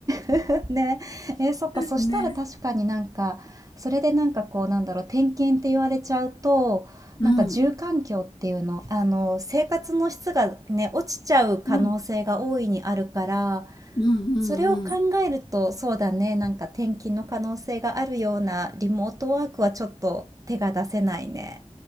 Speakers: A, on the right; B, on the left.
A: <laughs> ね、えーそっか、そしたら確かになんか、
B: ね。
A: それでなんかこう、なんだろう、点検って言われちゃうと、
B: うん。
A: なんか住環境っていうの、あの、生活の質がね、落ちちゃう可能性が大いにあるから、
B: うん。うんう
A: それを考えると、
B: ん
A: そうだね、なんか転勤の可能性があるようなリモートワークはちょっと手が出せないね。